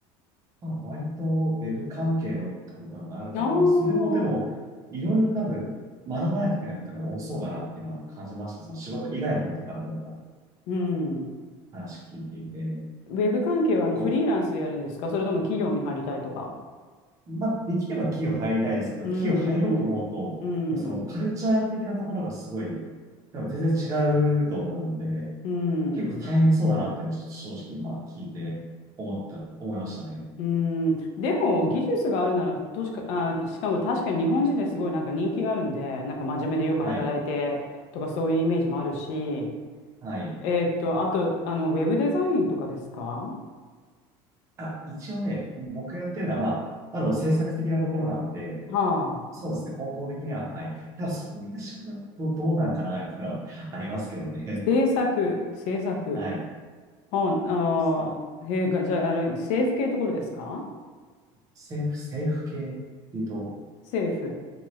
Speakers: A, on the right (about 25°); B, on the left (about 65°).
A: まあ、割とウェブ関係のってことになると思うんです。
B: ああー、
A: それもでも、いろいろ多分学ばないといけないことが多そうだなっていうのは感じました。その仕事以外のことからでも
B: うん。
A: 話聞いていて。
B: ウェブ関係はあのフリーランスでやるんですかそれとも企業に入りたいとか。
A: こう、まあ、できれば企業入りたいですけど、
B: うん、
A: 企業入ろうと思う
B: うん、うん、
A: と、そのカルチャー的なところがすごい、でも全然違うと思うので、
B: うん。
A: 結構大変そうだなっていうのはちょっと正直、まあ、聞いて思った、思いましたね。
B: うーん、でも技術があるなら、としか、あしかも確かに日本人ですごいなんか人気があるんで、なんか真面目でよく働いてとかそういうイメージもあるし、
A: はい。はい。
B: えーっと、あと、あの、ウェブデザインとかですか
A: あ、一応ね、僕やってるのは、まあ、あの、制作的なところなんで、
B: はあ。
A: そうですね、方向的には、はい。ただ、そういった仕事だとどうなんかな、みたいなのはありますけどね。
B: 制作、制作。
A: <laughs> はい。
B: あ、
A: そう。
B: あーへえ、がじゃあ、あれ、政府系ところですか
A: 政府、政府系っていうと、
B: 政府、